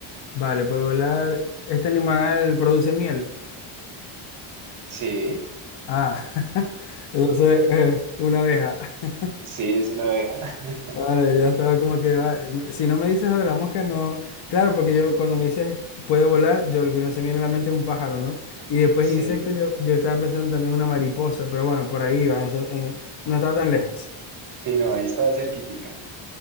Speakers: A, on the left (about 55°); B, on the right (about 40°).
A: Vale, puede volar. ¿Este animal produce miel?
B: Sí,
A: Ah, <laughs> entonces, eh, una abeja. <laughs>
B: sí, es una abeja. <laughs>
A: Vale, ya estaba como que va- em, Si no me dices lo de la mosca, no. Claro, porque yo cuando me dices puede volar, yo lo primero que se me viene a la mente es un pájaro, ¿no? Y después insecto,
B: Sí,
A: yo, yo estaba pensando también una mariposa, pero bueno, por ahí va, eso, eh, no estaba tan lejos.
B: sí, no, ahí estaba cerquítica.